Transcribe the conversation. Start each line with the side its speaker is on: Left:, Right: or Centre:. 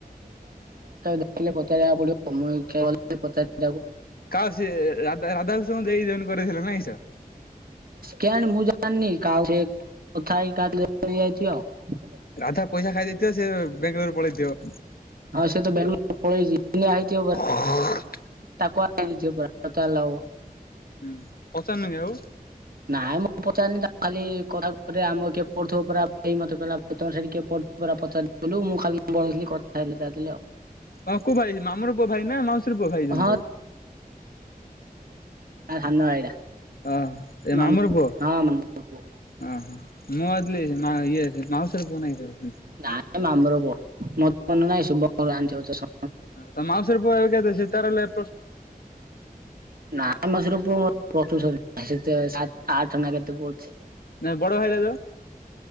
Right: କହିଲେ ପଚାରିବାକୁ ପଡିବ ମୁଇ ଏକା ଗଲେ ପଚାରି
Left: କାସ୍ ସିଏ ରାଧା ରାଧାକୃଷ୍ଣଙ୍କୁ ଦେଇ ଜଏନ କରେଇଥିଲ ନାଇଁ। <unintelligible>
Right: କେଆଣି ମୁଁ ଜାଣିନି। କାକୁ ସେ କଥା ହେଇକି ନେଇଯାଇଥିବେ ଆଉ।
Left: ରାଧା ପଇସା ଖାଇ ଖାଇଦେଇଥିବ ସେ ବେଙ୍ଗଲୋରୁ ପଳେଇଥିବ।
Right: ହଁ ସେ ତ ବେଙ୍ଗାଲୋର ପଳେଇଚି କିନ୍ତୁ ଆଇଚି ଅବା
Left: ହୁଁ
Right: ତାକୁ ଆଯଥିବ ପୁରା ପଚାଲେ ହବ।
Left: ହୁଁ। ପଚାରିନୁ କି ଆଉ
Right: ନାଇଁ ମୁଁ ପଚାରିନି ଖାଲି କଥା ଆମ କିଏ ପଡୁଥିବ ପରା ମତେ କହିଲ ଭାଇ ସେଠି ତମର କିଏ ପଡ଼ୁଥିଲା ପଚାରିଥିଲୁ ମୁଁ ଖାଲି ବେଇଥିଲି କଥା ହେଉଥିଲି ଆଉ।
Left: ହଁ କୋଉ ଭାଇ ମାମୁଁ ର ପୁଅ ଭାଇ ନା ମାଉସୀ ର ପୁଅ ଭାଇ ଜଣେ
Right: ହଁ
Left: ପ
Right: ସାନ ଭାଇଟା
Left: ଓ ଏ
Right: ମାମୁଁ
Left: ମାମର ପୁଅ
Right: ହଁ ମାମୁଁ ପୁଅ
Left: ଅ ହଁ ମୁ ମା ଇଏ ମାଉସୀ ର ପୁଅ ନାହିଁ କେ
Right: ନାଇଁ ମାମୁଁ ର ପୁଅ। <unintelligible>
Left: ହଁ ତ ମାଉସୀର ପୁ ଏଜ୍ କେତେ ସେ ତାର ଲେ
Right: ନା ମାଉସୀ ର ପୁଅ ପଞ୍ଚମ ଶ୍ରେଣୀ ସେ ସାତ ଆଠ ନା କେତେ ପଡ଼ୁଛି।
Left: ନା ବଡ଼ ଭାଇର ଯୋ